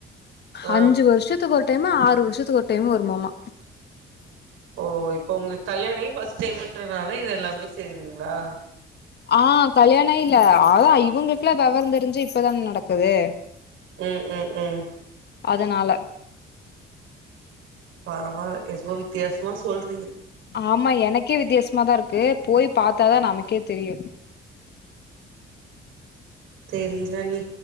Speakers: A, on the right (about 90°); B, on the left (about 55°).
A: ஆ
B: அஞ்சு வருஷத்துக்கொரு டைமு ஆறு வருஷத்துக்கு ஒரு டைமு வருமாமா
A: ஓ இப்ப உங்ளுக் கல்யாண ஆயி ஃபர்ஸ்ட் டைமுன்றனால இது எல்லாமே செய்றீங்ளா?
B: ஆ கல்யாண ஆயில்ல அதா இவுங்களுக்லா வெவர தெருஞ்சு இப்பதான நடக்குது
A: ம் ம் ம்
B: அதனால
A: பரவால எதுவோ வித்யாசமா சொல்
B: ஆமா எனக்கே வித்யாச மா தா இருக்கு போய் பாத்தாதா நமக்கே தெரியு
A: தெரிலண்ணி